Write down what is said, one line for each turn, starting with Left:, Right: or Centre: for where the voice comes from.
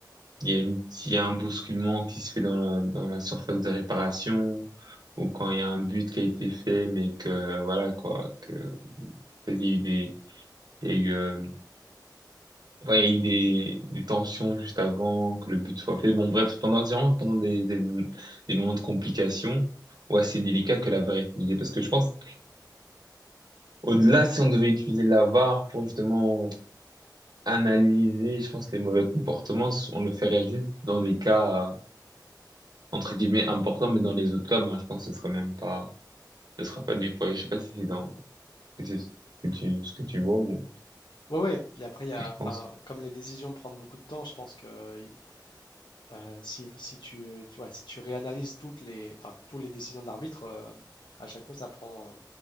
Right: Il y a une- il y a un bousculement qui se fait dans la, dans la surface de réparation ou quand il y a un but qui a été fait, mais que voilà quoi, que peut-être il y a eu des, il y a eu, euh, enfin, il y a eu des, des tensions juste avant que le but soit fait. Bon, bref, pendant vraiment pendant des, des, des moments de complication, ouais, c'est délicat que la VAR est utilisée parce que je pense au-delà si on devait utiliser la VAR pour justement analyser, je pense les mauvais comportements, on le ferait juste dans des cas. euh, entre guillemets important, mais dans les autres cas, moi, je pense que ce sera même pas, ce sera pas déployé. Je sais pas si c'est dans, si c'est ce que tu, ce que tu vois ou
Left: Ouais, ouais. Puis après, il y a,
Right: tu
Left: enfin,
Right: penses.
Left: comme les décisions prennent beaucoup de temps, je pense que euh, euh, si, si tu, euh, tu vois, si tu réanalyses toutes les, enfin, toutes les décisions de l'arbitre, euh, à chaque fois, ça prend euh,